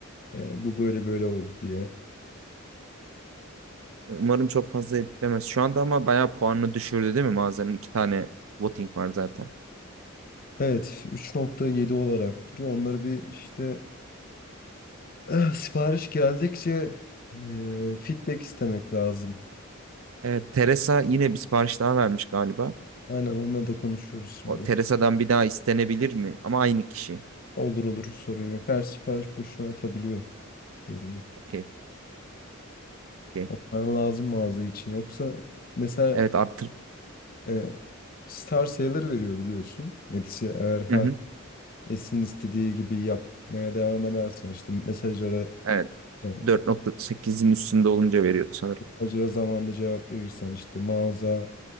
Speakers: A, on the left (about 45°); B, on the right (about 75°).
A: E, bu böyle böyle oldu diye.
B: Umarım çok fazla etkilemez. Şu anda ama bayağı puanını düşürdü değil mi mağazanın? iki tane voting var zaten.
A: Evet 3.7 olarak duruyor. Onları bir işte eh, sipariş geldikçe e, feedback istemek lazım.
B: Evet, Teresa yine bir sipariş daha vermiş galiba.
A: Aynen onunla da konuşuyoruz şimdi.
B: O Teresa'dan bir daha istenebilir mi? Ama aynı kişi.
A: Olur olur sorun yok. Her sipariş boşuna atabiliyor yorumu.
B: Okey. okey.
A: Onlar lazım mağaza için. Yoksa mesela
B: Evet arttır.
A: e, Star Sailor veriyor biliyorsun. Metis'e eğer her
B: Hı hı.
A: Esin'in istediği gibi yapmaya devam edersen işte mesajlara
B: Evet.
A: e,
B: 4.8'in üstünde olunca veriyordu sanırım.
A: acıra zamanında cevap verirsen işte mağaza